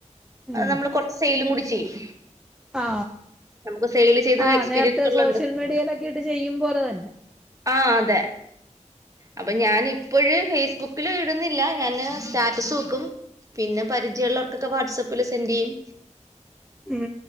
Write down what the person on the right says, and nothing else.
നമ്മൾ കുറച്ച് സെയിലും കൂടി ചെയ്യും
നമുക്ക് സെയിൽ ചെയ്ത്
എക്സ്പീരിയൻസ്
ഉള്ളതുകൊണ്ട്
ആ അതെ അപ്പൊ ഞാൻ ഇപ്പോഴ് ഫേസ്ബുക്കിലി ഇടുന്നില്ല ഞാന് സ്റ്റാറ്റസ് വെക്കും പിന്നെ പരിചയള്ളോർക്കൊക്കെ വാട്സആപ്പില് സെൻ്റ് ചെയ്യും